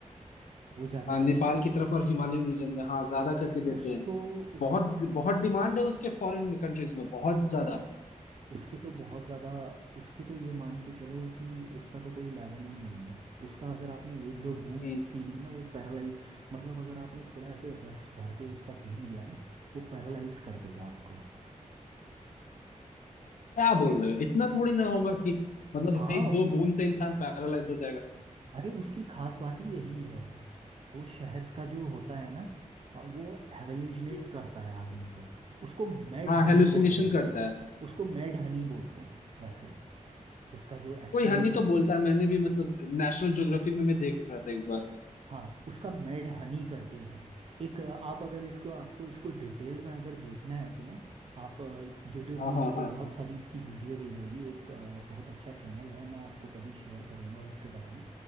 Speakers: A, on the right; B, on the left.
A: वो ज्यादातर
B: हाँ, नेपाल
A: ना आपको
B: की तरफ और हिमालयन रीजन में हाँ ज्यादा करके देते
A: उसको
B: हैं
A: उसको
B: बहुत बहुत डिमांड है उसके फॉरेन में कंट्रीज में बहुत ज्यादा
A: उसके तो बहुत ज़्यादा उसके तो ये मान के चलो कि उसका तो कोई लेवल ही नहीं है उसका अगर आपने एक दो बूंद
B: हम्म,
A: पी ली ना वो पैरालाइज मतलब अगर आपने थोड़ा ऐसे रस भर के उसका पी लिया ना वो पैरालाइज कर देगा आपको
B: क्या बोल रहे हो इतना थोड़ी ना होगा कि मतलब
A: हाँ
B: एक दो बूंद से इंसान पैरालाइज हो जाएगा
A: अरे उसकी खास बात ही यही है वो शहद का जो होता है ना अ, वो हेलुसिनेट
B: हाँ
A: करता है आदमी को उसको मेड
B: हाँ
A: हनी
B: हेलुसिनेशन
A: बोलते हैं
B: करता है
A: उसको मेड हनी बोलते हैं वैसे उसका जो एक्चुअल
B: कोई हनी
A: ना
B: तो बोलता है मैंने भी मतलब नेशनल ज्योग्राफी में मैं देख रहा था एक बार
A: हाँ उसका मेड हनी करके है एक अ, आप अगर इसको आपको इसको डिटेल में अगर देखना है तो ना आप यूट्यूब
B: हाँ
A: में आपको
B: हाँ हाँ
A: बहुत सारी इसकी वीडियो मिल जाएगी एक अ, बहुत अच्छा चैनल है मैं आपको कभी शेयर करूँगा उसके बारे में